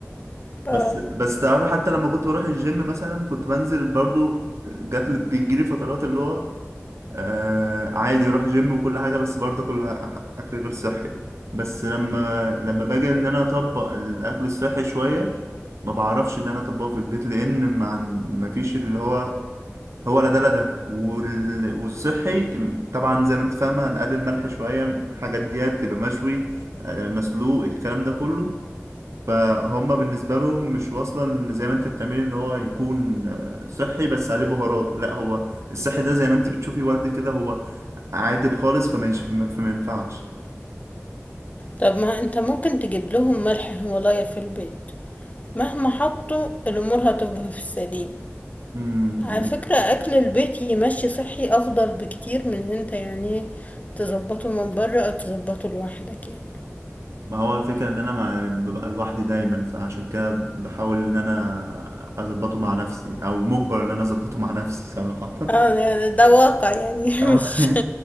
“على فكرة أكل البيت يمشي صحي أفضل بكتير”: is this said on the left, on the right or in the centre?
Left